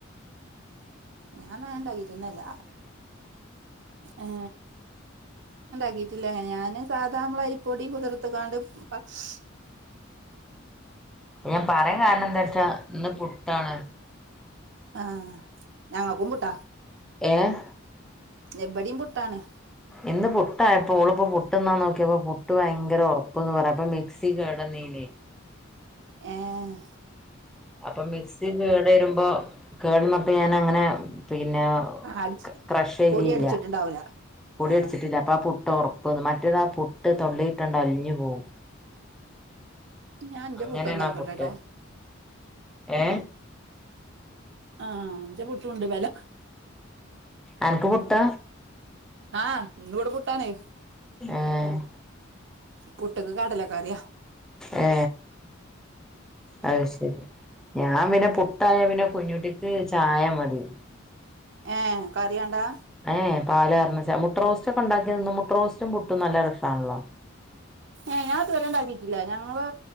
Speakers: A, on the right; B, in the centre.
A: ഞാനത് ണ്ടാക്കീട്ടന്നല്ല ഏ ണ്ടാക്കിട്ടില്ല ഞാന് സാധാമ്മളെ പ്പൊടി കുതിർത്ക്കാണ്ട് പക്ഷ്
B: ഞാൻ പറയാൻ കാരണം എന്താ വച്ചാ ഇന്ന് പുട്ടാണ്
A: ആഹ് ഞങ്ങ കുമ്പിട്ട
B: ഏഹ്
A: ലെ ഇവിടിം പുട്ടാണ്.
B: ഇന്ന് പുട്ടായപ്പൊ ഓള്പൊ പുട്ട്ന്നാ നോക്കിയപ്പോ പുട്ട് ഭയങ്കര ഒറപ്പ്ന്ന് പറയാ അപ്പ മിക്സി കേട ന്നീ ലേ
A: ഏഹ്
B: അപ്പൊ മിക്സി കേട് വരുമ്പോ കേട്ന്നൊക്കെ ഞാൻ അങ്ങനെ പിന്നെ
A: അടിച്ച്
B: ക്രഷ് എഴുതിയില്ല.
A: പൊടി അടിച്ചിട്ടുണ്ടാവൂല
B: പൊടി
A: ആഹ്
B: അടിച്ചിട്ടില്ല അപ്പ ആ പുട്ട ഉറപ്പ്ന്ന്. മറ്റ താ പുട്ട് തൊള്ളിയിട്ടുണ്ട അലിഞ്ഞു പോവും.
A: ഞാൻ അഞ്ച
B: അങ്ങനെണാ
A: പുട്ടൊന്ന് നോക്കട്ടെട്ടോ
B: പുട്ട്. ഏ
A: ആഹ് അഞ്ച പുട്ടുംണ്ട് ബെല
B: അനക്ക് പുട്ടാ
A: ആഹ് ഇന്ന് കൂട പുട്ടണേ
B: ആഹ്
A: പുട്ട്ക്ക് കടലക്കറിയാ.
B: ഏ അത് ശരി. ഞാൻ പിന്നെ പുട്ടായ പിന്നെ കുഞ്ഞുട്ടിക്ക് ചായ മതി.
A: ഏ കറിയണ്ടാ
B: ഏയ് പാല എറന്ന് മുട്ട റോസ്റ്റ് ഒക്കെ ഉണ്ടാക്കിന്ന് മുട്ട റോസ്റ്റും പുട്ടും നല്ല രസണല്ലോ.
A: ഏ ഞാത് വരണ്ടാക്കിട്ടില്ല. ഞങ്ങള്